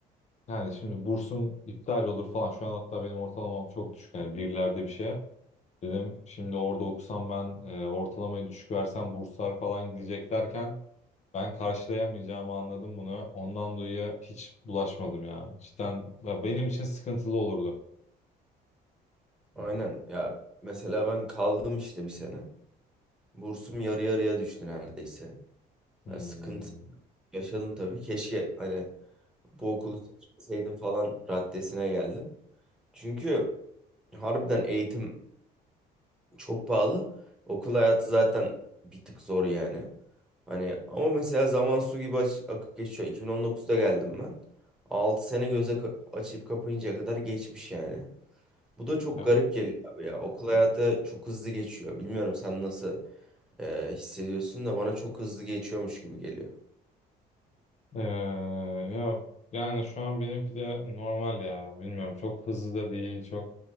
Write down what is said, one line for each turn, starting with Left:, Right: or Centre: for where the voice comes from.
Left: yani şimdi bursum iptal olur falan. Şu an hatta benim ortalamam çok düşük. Yani birlerde bir şey. Dedim şimdi orada okusam ben e, ortalamayı düşük versem burslar falan gidecek derken ben karşılayamayacağımı anladım bunu. Ondan dolayı hiç bulaşmadım ya. Cidden ya benim için sıkıntılı olurdu.
Centre: Aynen ya mesela ben kaldım işte bir sene. Bursum yarı yarıya düştü neredeyse.
Left: Hmm,
Centre: Yani sıkıntı yaşadım tabii. Keşke hani bu okulu seçmeseydim falan raddesine geldim. Çünkü harbiden eğitim çok pahalı. Okul hayatı zaten bir tık zor yani. Hani ama mesela zaman su gibi aç- akıp geçiyor. 2019'da geldim ben. 6 sene göze ka- açıp kapayıncaya kadar geçmiş yani. Bu da çok
Left: ya.
Centre: garip geliyor abi ya. Okul hayatı çok hızlı geçiyor. Bilmiyorum sen nasıl e, hissediyorsun da bana çok hızlı geçiyormuş gibi geliyor.
Left: Ee, ya yani şu an benimki de normal ya. Bilmiyorum çok hızlı da değil, çok